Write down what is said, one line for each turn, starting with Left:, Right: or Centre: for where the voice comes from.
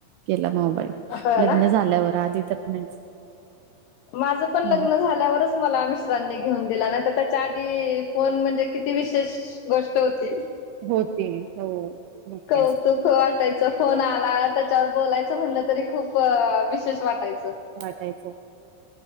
Right: केला मोबाईल
Left: हो ना
Right: लग्न झाल्यावर आधी तर नाहीच.
Left: माझ पण
Right: हं.
Left: लग्न झाल्यावरच मला मिश्रांनी घेऊन दिला नाही तर त्याच्या आधी फोन म्हणजे किती विशेष गोष्ट होती.
Right: होती हो. मग
Left: कौतुक
Right: काय
Left: वाटायचं फोन आला, त्याच्यावर बोलायचं म्हणलं तरी खूप विशेष वाटायचं.
Right: वाटायचं